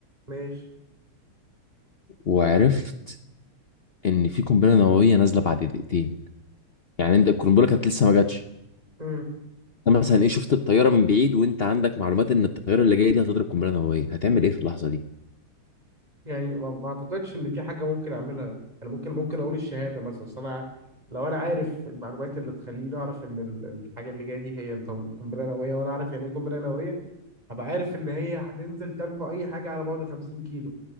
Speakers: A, on the right; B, on the left.
A: ماشي
B: وعرفت ان في قنبلة نووية نازلة بعد دقيقتين يعني انت القنبلة كانت لسه ما جاتش
A: مم.
B: انت مثلا ايه شفت الطيارة من بعيد وانت عندك معلومات ان الطيارة اللي جاية دي هتضرب قنبلة نووية هتعمل ايه في اللحظة دي
A: يعني ما ما اعتقدش ان في حاجه ممكن اعملها انا ممكن ممكن اقول الشهاده مثلا أصل انا لو انا عارف المعلومات اللي تخليني اعرف ان ال- الحاجه اللي جايه دي هي طب قنبله نوويه وانا عارف يعني ايه قنبله نوويه هبقى عارف ان هي هتنزل تمحو اي حاجه على بعد 50 كيلو